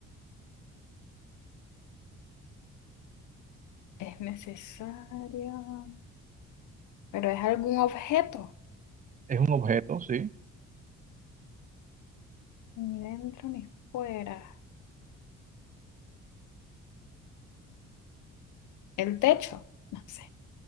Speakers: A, on the left; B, on the right.
A: es necesario. Pero es algún objeto.
B: Es un objeto, sí.
A: Ni dentro ni fuera. El techo, no sé.